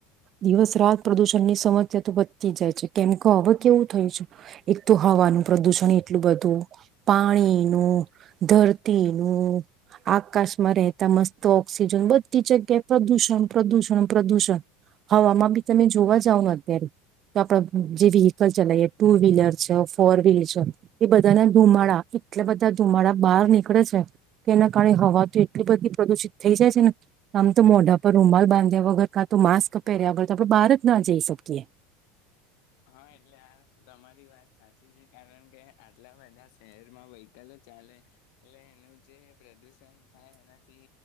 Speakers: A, on the right; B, on the left.
A: દિવસ રાત પ્રદુષણની સમસ્યા તો વધતી જાય છે કેમ કેવું થય છે એક તો હવાનું પ્રદુષણ એટલું બધું પાણીનું ધરતીનું આકાશમાં રહેતા મસ્ત ઓક્સિજન બધી જગ્યાએ પ્રદુષણ પ્રદુષણ પ્રદૂષણ હવામાં બી તમે જોવા જાવ ને અત્યારે તો આપડ વિહિકલ ચલાવીએ ટુ વ્હીલર છે ફોર વ્હીલર છે એ બધાના ધુમાડા એટલા બધા ધુમાડા બહાર નીકળે છે કે એના કારણે હવા તો એટલી બધી પ્રદુષિત થઈ જાય છે ને આમ તો મોઢા પર રૂમાલ બાંધ્યા વગર કાં તો માસ્ક તો આપડે બહાર જ ના જઈ શકીએ.
B: હા એટલે આ તમારી વાત સાચી છે કારણ કે આટલા બધા શહેરમાં વહિકલ ચાલે એટલે એનું જે પ્રદુષણ થાય એનાથી